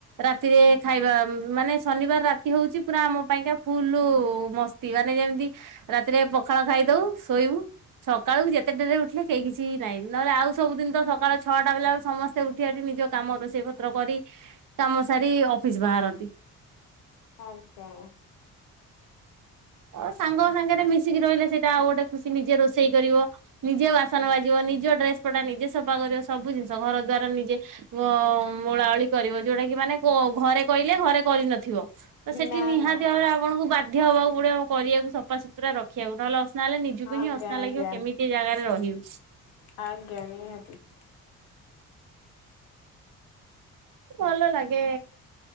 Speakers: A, on the right (about 50°); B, on the left (about 85°).
A: ରାତିରେ ଖାଇବା ମାନେ ଶନିବାର ରାତି ହଉଛି ପୁରା ଆମ ପାଇଁକା ଫୁଲ ମ ସ୍ଥ ତି ମାନେ ଯେମିତି ରାତିରେ ପଖାଳ ଖାଇଦଉ ଶୋଇବୁ। ସକାଳୁ ଯେତେ ଡେରିରେ ଉଠିଲେ କେହି କିଛି ନାହିଁ। ନହେଲେ ଆଉ ସବୁଦିନ ତ ସକାଳ ଛଅଟା ବାଜିଲା ବେଳକୁ ସମସ୍ତେ ସେ ଉଠି ଆଠି ନିଜ କାମ ରୋଷେଇ ପତ୍ର କରି କାମ ସାରି ଅଫିସ ବାହାରନ୍ତି।
B: ହଁ ତ।
A: ହଁ ସାଙ୍ଗଙ୍କ ସାଙ୍ଗରେ ମିଶିକି ରହିଲେ ସେଇଟା ଆଉ ଗୋଟେ ଖୁସି ନିଜେ ରୋଷେଇ କରିବ। ନିଜେ ବାସନ ମାଜିବ ନିଜ ଡ୍ରେସ ପଟା ନିଜେ ସଫା କରିବ ସବୁ ଜିନିଷ, ଘର ଦ୍ଵାରା ନିଜେ ଓ ଓଳାଓଳି କରିବ ଯୋଉଟା କି ମାନେ ଗ ଘରେ କହିଲେ ଘରେ କରିନଥିବ। ତ ସେଠି
B: ନା
A: ନିହାତି
B: ନା।
A: ଭାବରେ ଆପଣଙ୍କୁ ବାଧ୍ୟ ହବାକୁ ପଡିବ। କରିବାକୁ ସଫାସୁତୁରା ରଖିବାକୁ। ନହଲେ ଅସନା ହେଲେ ନିଜକୁ
B: ଆଜ୍ଞା
A: ହିଁ ଅସନା
B: ଆଜ୍ଞା
A: ଲାଗିବ କେମିତି ଏ ଜାଗାରେ ରହିବି।
B: ଆଜ୍ଞା ନୀହାତି।
A: ଭଲ ଲାଗେ।